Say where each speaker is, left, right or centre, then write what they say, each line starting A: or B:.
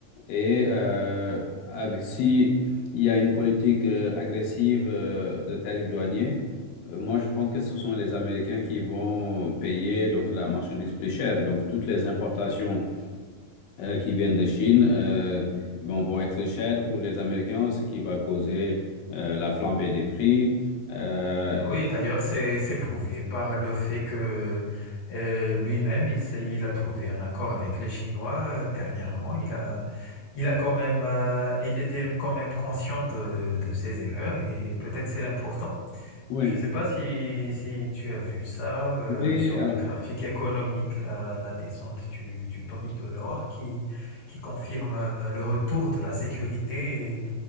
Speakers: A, on the left; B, on the left.
A: Et euh, avec, si il y a une politique euh, agressive euh, de tarifs douaniers, euh, Moi, je pense que ce sont les Américains qui vont payer donc la marchandise plus chère. Donc, toutes les importations euh, qui viennent de Chine euh, bon, vont être chères pour les Américains, ce qui va causer euh, la flambée des prix. Euh, et-
B: Oui, d'ailleurs, c'est c'est prouvé par le fait que euh, lui-même, il s'est, il a trouvé un accord avec les Chinois euh, dernièrement. Il a, il a quand même, euh, il était quand même conscient de, de ses erreurs et peut-être c'est l'important.
A: oui,
B: Je ne sais pas si, si tu as vu ça euh,
A: oui,
B: sur
A: alors,
B: les graphiques économiques, la, la descente du, du prix de l'or qui, qui confirme euh, le retour de la sécurité